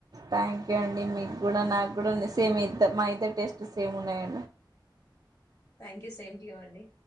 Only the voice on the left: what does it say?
thank you same two you అండి.